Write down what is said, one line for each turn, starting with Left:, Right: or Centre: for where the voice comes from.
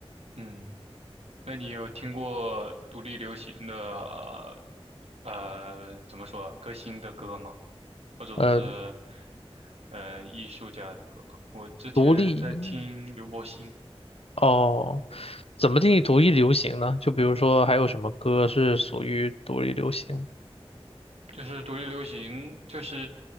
Right: 嗯。那你有听过独立流行的呃怎么说歌星的歌吗？或者说是
Left: 呃，
Right: 呃艺术家的歌？我之前在听刘柏辛，
Left: 独立哦，怎么定义独立流行呢？就比如说还有什么歌是属于独立流行？
Right: 就是独立流行，就是